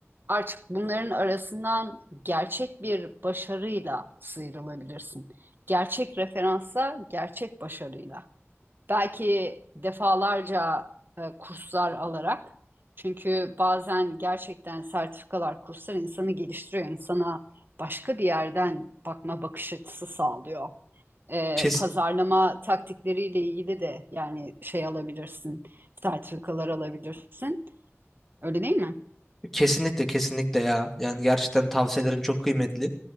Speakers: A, on the right; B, in the centre.
A: Artık bunların arasından gerçek bir başarıyla sıyrılabilirsin. Gerçek referansa gerçek başarıyla. Belki defalarca e, kurslar alarak. Çünkü bazen gerçekten sertifikalar, kurslar insanı geliştiriyor. insana başka bir yerden bakma bakış açısı sağlıyor. E,
B: Kes,
A: pazarlama taktikleriyle ilgili de yani şey alabilirsin, sertifikalar alabilirsin. Öyle değil mi?
B: kesinlikle kesinlikle ya. Yani gerçekten tavsiyelerin çok kıymetli.